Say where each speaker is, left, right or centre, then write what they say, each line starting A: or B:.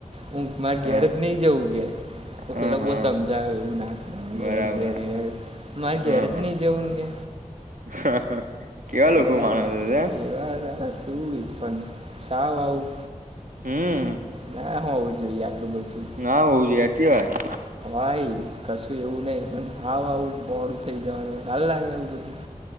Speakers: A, on the right; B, on the right.
A: હું મારે
B: હા
A: ઘેર જ નહી જઉં. તો
B: હા
A: પેલો
B: હા
A: બહ સમજાવે એવું ના કર
B: બરાબર
A: એડ ઘેરડ. મારે
B: હા
A: ઘેરે જ નહી જવું ન કે.
B: હા. કેવા
A: આ
B: લોકો
A: બધા
B: માણસો
A: ના
B: છે
A: કેવા વા શું પણ શાવ આવું?
B: હમ
A: ના હો હોવું જોઈએ આલું બધું.
B: ના <unintelligible>
A: ભાઈ કશું એવું નહી પણ હાવ આવું મોડું થઈ જવાનું હાલ લાગે એવું બધું.